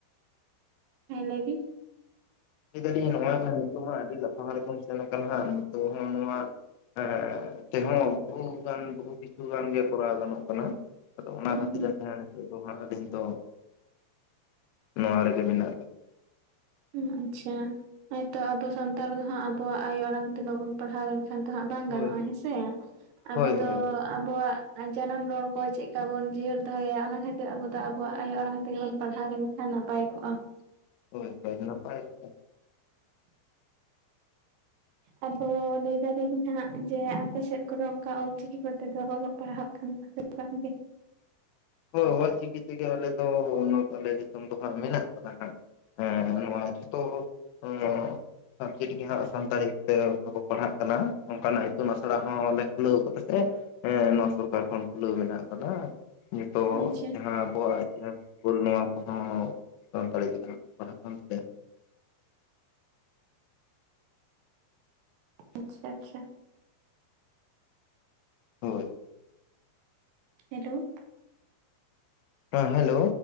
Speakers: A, on the right (about 75°); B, on the left (about 85°).
A: ᱦᱮ ᱞᱟ. ᱭ ᱵᱤᱱ,
B: ᱞᱟᱹᱭ ᱫᱟᱞᱤᱧ ᱱᱚᱜᱚᱭ ᱱᱤᱛᱚᱜ ᱢᱟ ᱟᱹᱰᱤ ᱞᱟᱯᱷᱟᱝ ᱨᱮᱵᱚᱱ ᱥᱮᱱ ᱠᱟᱱᱟ ᱦᱟᱜ ᱱᱤᱛᱚᱜ ᱦᱚᱸ ᱱᱚᱣᱟ ᱦᱮ ᱛᱮᱦᱚ ᱵᱚᱦᱩ ᱜᱟᱱ ᱵᱦᱩ <unintelligible> ᱠᱤᱪᱷᱩ ᱜᱟᱱ ᱜᱮ ᱠᱚᱨᱟᱣ ᱜᱟᱱᱚᱜ ᱠᱟᱱᱟ ᱾ ᱟᱫᱚ ᱚᱱᱟ
A: ᱦᱩᱸ
B: ᱠᱷᱟᱛᱤᱨ ᱟᱛᱮ ᱦᱟᱜ ᱱᱤᱛᱚᱜ ᱫᱚ ᱦᱟᱸᱜ ᱟᱞᱤᱧ ᱫᱚᱼᱼ ᱱᱚᱣᱟ ᱨᱮᱜᱮ ᱢᱮᱱᱟᱜ ᱟᱠᱟᱫᱼᱼ
A: ᱦᱩᱸ ᱟᱪᱪᱷᱟ ᱦᱚᱭ ᱛᱚ ᱟᱵᱚ ᱥᱟᱱᱛᱟᱲ ᱫᱚ ᱦᱟᱜ ᱟᱵᱚᱣᱟᱜ ᱟᱭᱳ ᱟᱲᱟᱝ ᱛᱮ ᱵᱟᱵᱚᱱ ᱯᱟᱲᱦᱟᱣ ᱞᱮᱱᱠᱷᱟᱱ, ᱛᱚ ᱦᱟᱜ ᱵᱟᱝ
B: ᱦᱳᱭ
A: ᱜᱟᱱᱚᱜᱼᱟ ᱦᱮᱸᱥᱮ ᱟᱵᱚ
B: ᱦᱳᱭ
A: ᱫᱚ
B: ᱦᱳᱭ ᱦᱳᱭ
A: ᱟᱵᱚᱣᱟᱜ ᱟᱪᱟᱨᱚᱱ ᱨᱚᱲ ᱠᱚ ᱪᱮᱫ ᱠᱟ ᱵᱟᱱ ᱡᱤᱭᱟᱹᱲ ᱫᱚᱦᱚᱭᱟ ᱚᱱᱟ ᱠᱷᱟᱹᱛᱤᱨ ᱟᱵᱚ ᱫᱚ ᱟᱵᱚᱣᱟᱜ ᱟᱭᱳ ᱟᱲᱟᱝ ᱛᱮᱜᱮ ᱵᱚᱱ ᱯᱟᱲᱦᱟᱣ ᱞᱮᱱᱼᱼᱼ ᱠᱷᱟᱱ ᱱᱟᱯᱟᱭ ᱠᱚᱼᱟ ᱾
B: ᱦᱚᱭ ᱦᱚᱭ ᱱᱟᱯᱟᱭ <inaudible>
A: ᱟᱫᱚ ᱞᱟᱹᱭ ᱫᱟᱞᱤᱧ ᱦᱟᱸᱜ ᱡᱮ ᱟᱯᱮ ᱥᱮᱫ ᱠᱚᱫᱚ ᱚᱱᱠᱟ ᱚᱞ ᱪᱤᱠᱤ ᱠᱚᱛᱮ ᱫᱚ ᱚᱞᱚᱜ ᱯᱟᱲᱦᱟᱜ, ᱠᱟᱱᱟ ᱯᱟᱥᱮ ᱵᱟᱝᱜᱮ <unintelligible>
B: ᱦᱳᱭ ᱚᱞᱪᱤᱠᱤ ᱛᱮᱜᱮ ᱟᱞᱮ ᱫᱚ ᱱᱚ <unintelligible> ᱟᱞᱮ ᱫᱤᱥᱚᱢ ᱫᱚ ᱦᱟᱸᱜ ᱢᱮᱱᱟᱜ ᱠᱟᱫᱟ ᱦᱟᱸᱜ ᱦᱮᱸ ᱱᱚᱣᱟ ᱛᱚ ᱦᱚᱸ ᱚᱞ ᱪᱤᱠᱤ ᱜᱮ ᱦᱟᱜ ᱥᱟᱱᱛᱟᱲᱤ ᱛᱮ ᱯᱟᱲᱦᱟᱜ ᱠᱟᱱᱟ ᱚᱱᱠᱟ ᱱᱟᱜ ᱤᱛᱩᱱ ᱟᱥᱲᱟ ᱦᱚᱸᱞᱮ ᱠᱷᱩᱞᱟᱹᱣ ᱟᱠᱟᱫᱟ ᱥᱮ ᱾ ᱦᱮᱸ ᱱᱚᱣᱟ ᱥᱚᱨᱠᱟᱨ ᱠᱷᱚᱱ ᱠᱷᱩᱞᱟᱹᱣ ᱢᱮᱱᱟᱜ ᱟᱠᱟᱫᱟ, ᱱᱤᱛᱚᱜ
A: ᱟᱪᱪᱷᱟ
B: ᱡᱟᱦᱟᱸ ᱟᱵᱚᱣᱟᱜᱼᱼᱼ ᱦᱩᱞ ᱢᱟᱦᱟ ᱠᱚᱦᱚ ᱥᱟᱱᱛᱟᱲᱤ ᱛᱮ ᱱᱟᱸᱜ ᱠᱚ ᱯᱟᱲᱦᱟᱜ ᱠᱟᱱ ᱛᱟᱞᱮᱭᱟ ᱾
A: ᱟᱪᱪᱷᱟ ᱟᱪᱪᱷᱟ
B: ᱦᱚᱭ
A: ᱦᱮᱞᱳ
B: ᱦᱮ ᱦᱮᱞᱳ